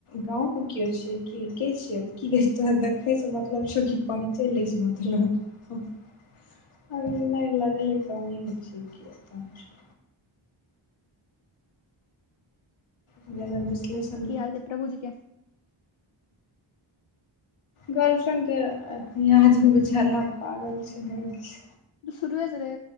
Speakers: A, on the left; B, on the left.
A: गाँवके केओ छै की के छियै की कह तोरा देखै स मतलब छै की परिचय ले स मतलब <unintelligible> जे अगर विश्लेषण
B: अजे प्रभुजी के
A: गर्लफ्रेंड के यादमे बेचारा पागल छै ओरकी
B: सुरूये से रहे